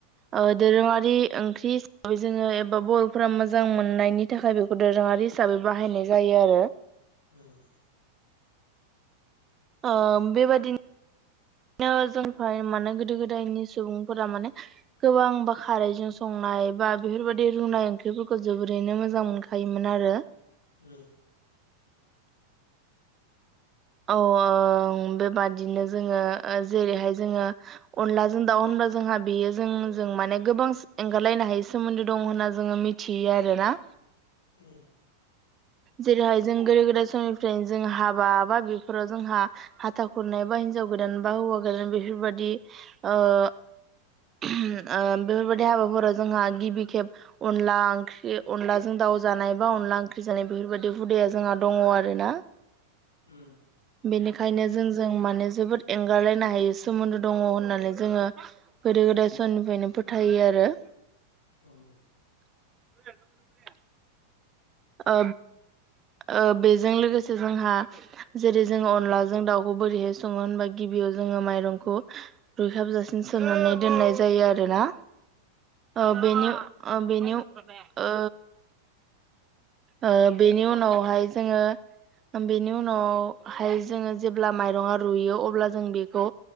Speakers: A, on the right; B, on the left.
A: ओ दोरोङारि ओंख्रि हिसाबै जोङो एबा बर'फोरा मोजां मोननायनि थाखाय बेखौ दोरोङारि हिसाबै बाहायनाय जायो। आरो।
B: उम।
A: ओ बेबादि नो जों माने गोदो गोदायनि सुबुंफोरा माने गोबांबा खारैजों सं नाय बा बेफोरबायदि रुनाय ओंख्रिफोरखौ जोबोरैनो मोजां मोनखायोमोन आरो।
B: उम।
A: औ ओ बेबादिनो जोङो जेरैहाय जोङो अनलाजों दाउ जोंहा बेयो जों जों माने गोबां एंगारलायनो हायै सोमोन्दो दं होनना जोङो मिथियो आरोना।
B: उम।
A: जेरैहाय जों गोदो गोदाय समनिफ्रायनो जों हाबा बा बे फोराव जोंहा हाथा खुरनाय बा हिनजाव गोदान बा हौवा गोदान बेफोरबादि ओ ओ बेफोरबायदि हाबाफोराव जोंहा गिबि खेब अनला ओंख्रि अनलाजों दाउ जानाय बा अनला ओंख्रि जानाय बेफोरबायाददि हुदाया जोंहा दङ आरो ना।
B: उम।
A: बेनिखायनो जोंजों माने जोबोद एंगारलायनो हायो सोमोन्दो दङ होननानै जोङो गोदो गोदाय समनिफ्रायनो फोथायो आरो।
B: औ औ।
A: <inaudible> ओ ओ बेजों लोगोसे जोंहा जेरै जोङो अनलाजों दाउखौ बोरैहाय सङो होनबा गिबियाव जोङो माइरंखौ रुइहाबजासिन सोमनानै दोननाय जायो आरोना। ओ बेनि ओ बेनि ओ ओ बेनि उनावहाय जोङो बेनि उनावहाय जोङो जेब्ला माइरङा रुयो अब्ला जों बेखौ